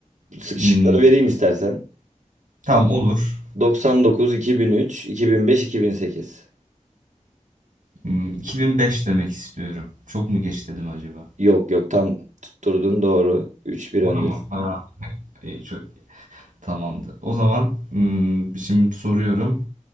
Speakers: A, on the right; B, on the right.
A: Sıkışıkları
B: Hmm,
A: vereyim istersen.
B: tamam olur.
A: Doksan dokuz iki iki bin bin üç iki bin beş iki bin sekiz.
B: Hmm, 2005 demek istiyorum. Çok mu geç dedim acaba?
A: Yok yok tam tutturdun doğru. Üç bir öndesin.
B: Doğru mu? Ha, iyi, çok tamamdı. O zaman hmm, şimdi soruyorum.